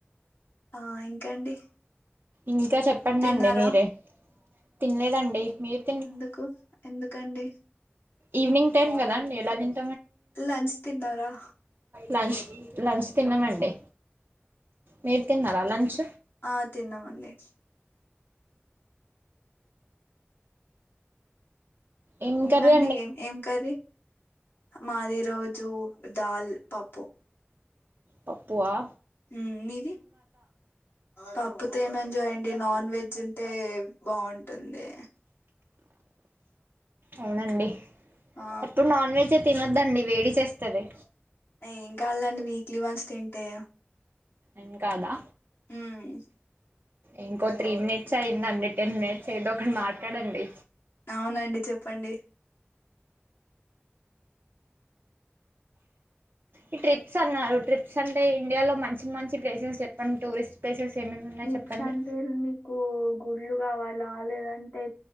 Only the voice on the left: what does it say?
ఆ ఇంకండి
తిన్నారా
ఎందుకు ఎందుకండి
లంచ్ తిన్నారా
ఆ తిన్నామండి
ఇంకా
అండి ఏం ఏం కర్రి మాది ఈ రోజు దాల్ పప్పు
ఉమ్మ్ మీది పప్పుతో ఏం ఎంజాయండి నాన్ వెజ్జున్ టే బావుంటుంది
ఆ
ఏం కాదులేండి వీక్లీ వన్స్ తింటే
ఉమ్
అవునండి చెప్పండి
హిప్స్
అంటే మీకు గుళ్లు కావాలా రా లేద అంటే